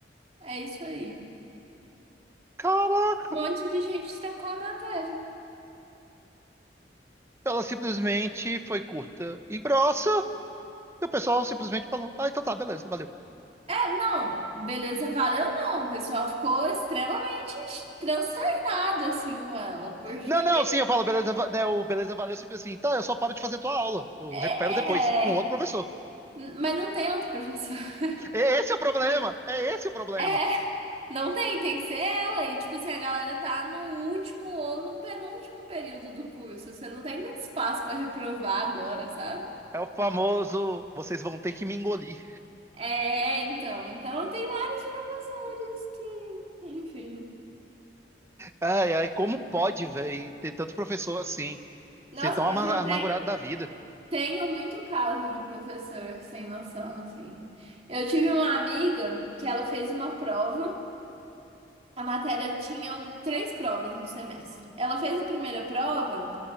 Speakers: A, on the right; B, on the right.
A: É isso aí.
B: Caraca.
A: Um monte de gente trancou a matéria.
B: Ela simplesmente foi curta e grossa. E o pessoal simplesmente falou: Ah, então tá, beleza, valeu.
A: É, não, beleza, valeu não. O pessoal ficou extremamente transtornado assim com ela, porque
B: Não, não, sim, eu falo, beleza, va- né, o beleza, valeu, sempre assim, tá, eu só paro de fazer tua aula. Eu
A: é,
B: recupero depois, com outro
A: é,
B: professor.
A: mas não tem outro professor. <laughs>
B: É esse é o problema, é esse o problema.
A: É. Não tem, tem que ser ela. E, tipo assim, a galera tá no último ou no penúltimo período do curso. Você não tem muito espaço pra reprovar agora, sabe?
B: É o famoso, vocês vão ter que me engolir.
A: É, então. Então, tem vários professores que, enfim.
B: Ai, ai, como pode, velho, ter tanto professor assim,
A: Nossa,
B: ser tão
A: mas
B: amar-
A: eu
B: amargurado
A: tenho,
B: da vida?
A: tenho muito caso de professor sem noção, assim. Eu tive uma amiga que ela fez uma prova. A matéria tinha três provas no semestre. Ela fez a primeira prova.